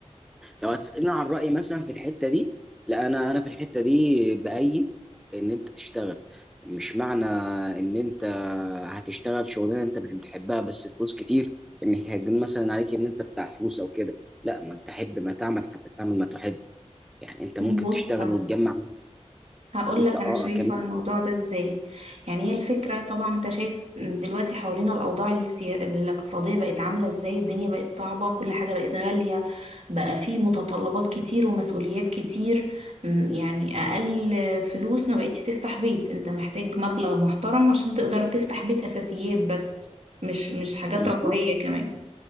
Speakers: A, in the centre; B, on the right.
A: لو هتسالني عن رايي مثلا في الحته دي لا انا انا في الحته دي بايد ان انت تشتغل مش معنى ان انت هتشتغل شغلانه انت مش بتحبها بس فلوس كتير ان هيجن مثلا عليك ان انت بتاع فلوس او كده لا ما انت حب ما تعمل حتى تعمل ما تحب يعني انت ممكن
B: بص
A: تشتغل وتجمع
B: هقول
A: انت
B: لك
A: اه
B: انا شايفه
A: كمان
B: الموضوع ده ازاي يعني هي الفكره طبعا انت شايف دلوقتي حوالينا الاوضاع السيا... الاقتصاديه بقت عامله ازاي الدنيا بقت صعبه كل حاجه بقت غاليه بقى في متطلبات كتير ومسؤوليات كتير م، يعني اقل فلوس ما بقتش تفتح بيت انت محتاج مبلغ محترم عشان تقدر تفتح بيت اساسيات بس مش مش حاجات
A: بالظبط
B: رفاهيه كمان